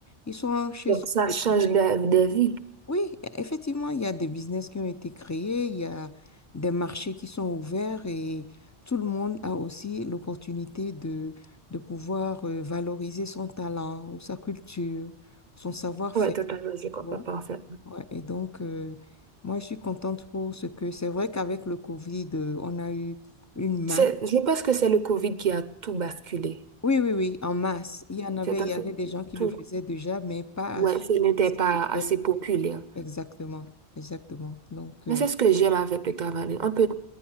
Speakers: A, on the left; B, on the right.
A: Ils sont chez
B: Donc, ça
A: eux.
B: change de, de vie.
A: Oui, effectivement, il y a des business qui ont été créés, il y a des marchés qui sont ouverts et tout le monde a aussi l'opportunité de, de pouvoir euh, valoriser son talent ou sa culture, son savoir-faire.
B: Ouais, totalement, je comprends
A: tu vois.
B: parfaitement.
A: Ouais, et donc, euh, moi, je suis contente pour ce que c'est vrai qu'avec le Covid, euh, on a eu une masse.
B: C'est, je pense que c'est le COVID qui a tout basculé.
A: Oui, oui, oui, en masse. Il y en avait,
B: C'est
A: il
B: en
A: y
B: fait
A: avait des gens qui
B: tout.
A: le faisaient déjà, mais pas
B: Ouais,
A: à, ce-
B: ce n'était
A: à cette
B: pas
A: échelle.
B: assez populaire.
A: Exactement, exactement. Donc, euh,
B: Mais c'est ce que j'aime avec le travail. On peut